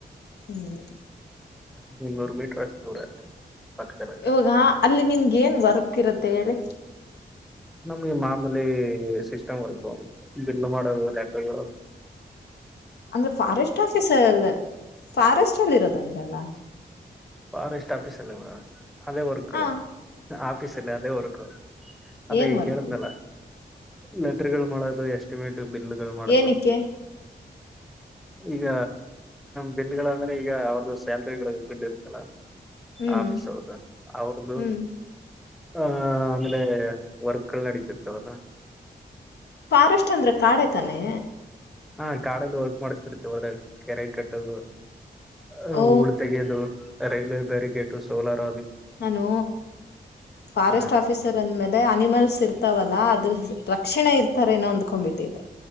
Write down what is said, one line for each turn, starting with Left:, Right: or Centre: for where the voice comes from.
Left: ಹ್ಮ್
Centre: ಹ ನೂರು ಮೀಟರ್ಸ್ ದೂರ ಪಕ್ಕದಲ್ಲೇ ಇದೆ.
Left: ಇವಾಗ ಅಲ್ಲಿ ನಿಮಗೆ ಏನ್ ವರ್ಕ್ ಹತ್ತಿರುತ್ತೆ ಹೇಳಿ
Centre: ನಮ್ಗೆ ಮಾಮೂಲಿ ಸಿಸ್ಟಮ್ ವರ್ಕ್ ಬಲ್ ಮಾಡದು ಲ್ಯಾಟಗಳು
Left: ಅಂದ್ರೆ ಫಾರೆಸ್ಟ್ ಆಫೀಸಲ್ಲಿ ಫಾರೆಸ್ಟ್ ಅಲ್ಲಿ ಇರೋದಂದ್ರಲ್ಲ
Centre: ಫಾರಸ್ಟ್ ಆಫೀಸ್ ಇಲ್ಲ ಮ ಅದೇ ವರ್ಕ್ಗಳು
Left: ಹಾ
Centre: ಆಫೀಸ ಅಲ್ಲಿ ಅದೇ ವರ್ಕ್ ಅದೇ
Left: ಏನ್
Centre: ಈಗ
Left: ವರ್ಕ್
Centre: ಹೇಳಿದನಲ್ಲ ಲೆಟರ್ ಗಳು ಮಾಡೋದು ಎಸ್ಟಿಮೇಟ್ ಬಿಲ್ಲಗಳು ಮಾಡದು
Left: ಏನಕ್ಕೆ
Centre: ಈಗ ಬಿಲ್ಗಳ ಅಂದ್ರೆ ಈಗ ಅವ್ರ್ದು ಸ್ಯಾಲ್ರಿಗಳು ಬಿಲ್ ಹಲೋ
Left: ಹ್ಮ್
Centre: ಆಫೀಸ್ ಅವ್ರ್ದು ಅವರದು
Left: ಹ್ಮ್
Centre: ಆಹ ಆಮೇಲೆ ವರ್ಕ್ಲ್ ನಡತಿರ್ತವಲ್ಲ
Left: ಫಾರೆಸ್ಟ್ ಅಂದ್ರೆ ಕಾಡೆ ತಾನೆ
Centre: ಹಾ ಕಾಡಲ್ಲಿ ವರ್ಕ್ ಮಾಡಿಸತಿರ್ತವೆ ಅಲ್ಲ ಕೆರೆ ಕಟ್ಟದು ಹ
Left: ಓ
Centre: ಹೂಳು ತೆಗೆಯೋದು ರೈಲು ಬೇರಿಗೇಟು ಸೋಲಾರ
Left: ನಾನು ಫಾರೆಸ್ಟ್
Centre: ಹ
Left: ಆಫೀಸರ್ ಅಂದ್ಮೇಲೆ ಅನಿಮಲ್ಸ್ ಇರ್ತಾವಲ್ಲಾ ಅದ್ರ ರಕ್ಷಣೆ ಇರ್ತಾರೇನೋ ಅಂದ್ಕೊಂಡ್ಬಿಟ್ಟಿದ್ದೆ